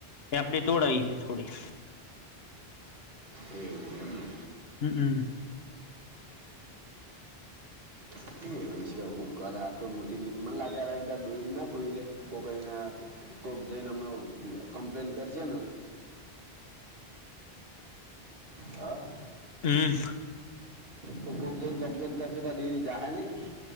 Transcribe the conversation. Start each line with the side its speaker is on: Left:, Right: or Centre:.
Left: એ આપડી તોડાય છે થોડી.
Right: એવું એમને
Left: હમ્મ હમ્મ
Right: એ એ છે હું કર આટ મોટી ડેરી મને લાગે એકદ ડોરી ના ખોઈ રે કો કોઈ જેને હમણા કમપ્લેન કરે છે ને હા
Left: હમ્મ
Right: કોક કોક જાયને કમ્પ્લેન કરશે તો ડેરી જાાય નહી